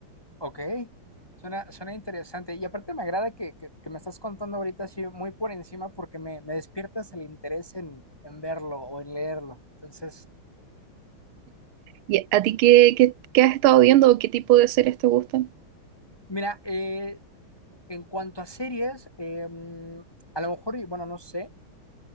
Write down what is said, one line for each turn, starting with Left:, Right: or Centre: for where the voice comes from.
Left: ok. Suena, suena interesante. Y aparte me agrada que, que- que me estás contando ahorita así muy por encima porque me, me despiertas el interés en, en verlo o en leerlo. Entonces,
Right: ¿Y a ti qué, qué, qué has estado viendo o qué tipo de series te gustan?
Left: mira, eh, En cuanto a series, em, a lo mejor, y bueno, no sé